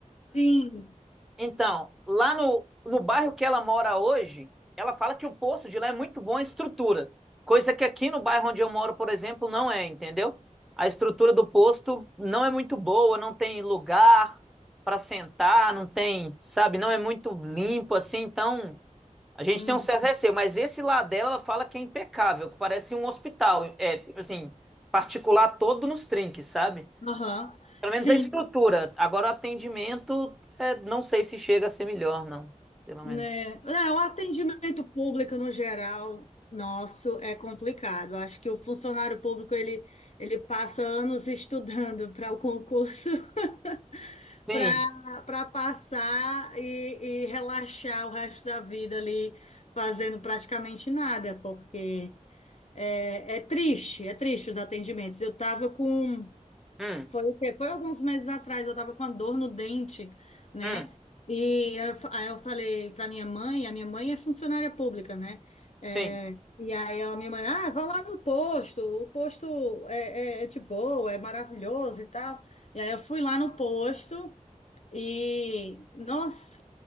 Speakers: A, on the left (about 55°); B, in the centre.
A: Sim.
B: Então, lá no, no bairro que ela mora hoje, ela fala que o poço de lá é muito bom em estrutura, coisa que aqui no bairro onde eu moro, por exemplo, não é, entendeu? A estrutura do posto não é muito boa, não tem lugar para sentar, não tem, sabe, não é muito limpo assim, então a gente
A: Hum.
B: tem um certo receio, mas esse lá dela, ela fala que é impecável, que parece um hospital, é, tipo assim, particular todo nos trinques, sabe?
A: Aham.
B: Pelo
A: Sim,
B: menos a estrutura. Agora o atendimento, é, não sei se chega a ser melhor, não. Pelo
A: né?
B: menos.
A: É, o atendimento público no geral nosso é complicado. Acho que o funcionário público ele, ele passa anos <laughs> estudando para o concurso <laughs>
B: Sim.
A: para para passar e, e relaxar o resto da vida ali fazendo praticamente nada, porque é, é triste, é triste os atendimentos. Eu estava com
B: Hum.
A: Foi o quê? Foi alguns meses atrás, eu tava com a dor no dente, né?
B: Hum.
A: E eu fa- aí eu falei pra minha mãe, a minha mãe é funcionária pública, né? É,
B: Sim.
A: e aí a minha mãe, ah, vá lá no posto, o posto é, é, é de boa, é maravilhoso e tal. E aí eu fui lá no posto, e, nossa,